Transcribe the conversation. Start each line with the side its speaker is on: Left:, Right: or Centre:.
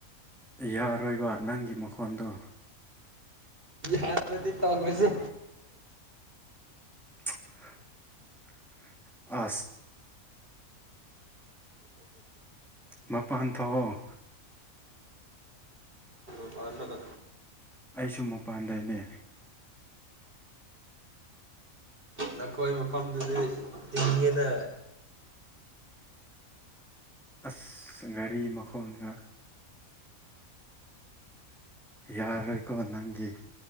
Centre: ꯌꯥꯔꯣꯏꯕ ꯅꯪꯒꯤ ꯃꯈꯣꯟꯗꯣ
Right: ꯑꯗꯕꯗꯤ ꯇꯉꯁꯤ
Centre: ꯎ ꯑ ꯃꯄꯥꯟ ꯊꯣꯛ
Right: ꯑꯗ
Centre: ꯑꯩꯁꯨ ꯃꯄꯥꯟꯗꯅꯦ
Right: ꯅꯈꯣꯏ ꯃꯐꯝꯗꯨꯗꯤ ꯇꯤꯡꯉꯦꯅ
Centre: ꯑꯁ ꯘꯔꯤ ꯃꯈꯣꯡꯒ ꯌꯥꯔꯣꯏꯀꯣ ꯅꯪꯒꯤ